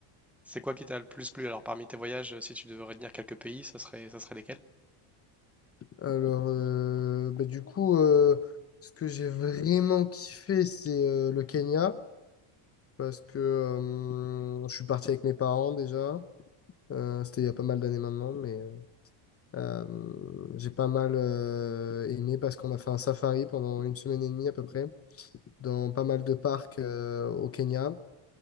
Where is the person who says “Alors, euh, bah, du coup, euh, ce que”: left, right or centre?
Left